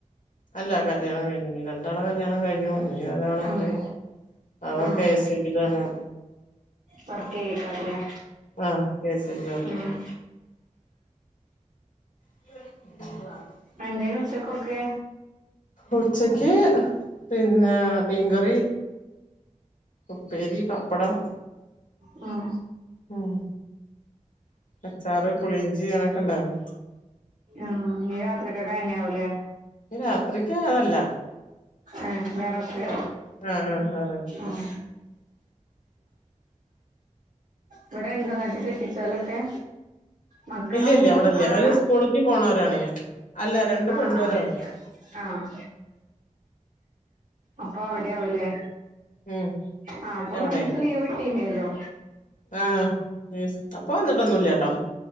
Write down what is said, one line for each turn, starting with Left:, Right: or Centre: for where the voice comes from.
Left: അല്ല കല്ല്യാണം കഴിഞ്ഞു രണ്ടാളെ കല്യാണം കഴിഞ്ഞു ഇനി ഒരാളുണ്ട്.
Right: ആഹ്
Left: അവൻ
Right: ആഹ്
Left: കെസി ബിലാണ്.
Right: വർക്കെയ്യേക്കാരല്ലേ
Left: ആഹ് കെ സി ബില വർക്ക്
Right: ഉം
Left: ചെയ്യുന്ന. <inaudible>
Right: എന്താന്നു ഉച്ചക്കൊക്കെ?
Left: ഉച്ചക്ക് പിന്നെ മീൻകറി. ഉപ്പേരി, പപ്പടം
Right: ഉം
Left: ഉം അച്ചാറ്, പുളിഞ്ചി, അതൊക്കെണ്ടാരുന്നു.
Right: ആഹ് നീ രാത്രിക്കൊക്കെന്നെയാവൂലലേ?
Left: ഇഞ്ഞ് രാത്രിക്ക് അതല്ല.
Right: ആഹ് വേറൊക്കെ
Left: ആഹ് ആഹ് ഞായറാഴ്ച
Right: ഉം ഇവെടെണ്ടാ എന്നിട്ട് കെട്ടിച്ചോലെക്കെ? മക്കളെ
Left: ഇല്ല ഇല്ല
Right: മൂന്നും
Left: ഇവിടെല്ല
Right: ആണാ?
Left: അവര് സ്കൂളിക്ക് പോണവരാണേ അല്ല രണ്ട്
Right: ആഹ് ആഹ്
Left: പെണ്ണും ഒരാണും
Right: ആഹ് അപ്പ അവെടെയാവുലേ.
Left: ഉം
Right: ആ അപ്പ
Left: അവരവിടെയാണ്
Right: മൂന്നുദിസം ലീവ് കിട്ടിലേലോ.
Left: ആഹ്, യെസ് പപ്പാ വന്നിട്ടൊന്നുല്ലട്ടോ.